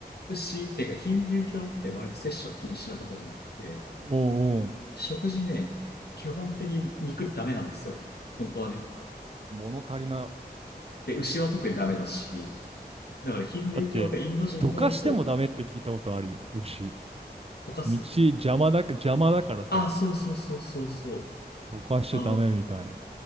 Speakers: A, on the left; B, on the right.
A: 牛っていうか、ヒンドゥー教って割と摂取禁止なところがあって、
B: おうおう、
A: 食事ね、基本的に肉ダメなんですよ。本当はね。
B: 物足りな。
A: で、牛は特にダメだし、だからヒンドゥー教ってインド人の、
B: だって、どかしてもダメって聞いたことあるよ、
A: そう、
B: 牛。
A: 溶かす。
B: 道邪魔だ、邪魔だからさ。
A: あ、そうそうそうそうそう。
B: ぼかしちゃダメみたいな。
A: あ、